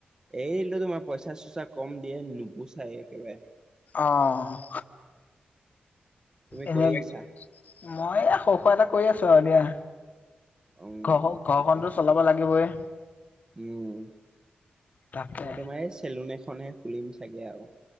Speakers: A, on the right; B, on the left.
A: এৰিদিলো তোমাৰ পইচা -চইচা কম দিয়ে নুপোচাই একেবাৰে।
B: অহ ',
A: তুমি
B: এনে
A: কৰি
B: মই
A: আছা?
B: সৰু সুৰা এটা কৰি আছোঁ আৰু দিয়া।
A: উম
B: ঘৰখন - ঘৰখনতো
A: ঠিকে
B: চলাব লাগিবয়ে।
A: উম,
B: তাকে
A: মই তোমাৰ এই চেলুন এখনহে খুলিম চাগে আৰু।